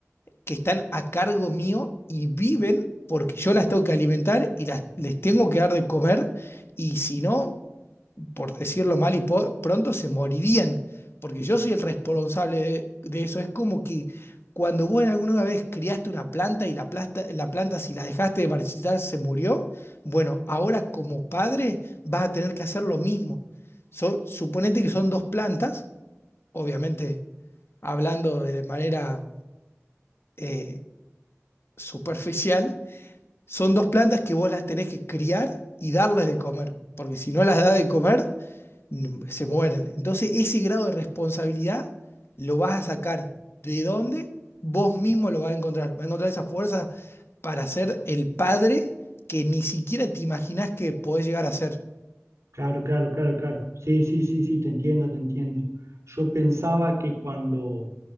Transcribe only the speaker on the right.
Claro, claro, claro, claro. Sí, sí, sí, sí, te entiendo, te entiendo. Yo pensaba que cuando,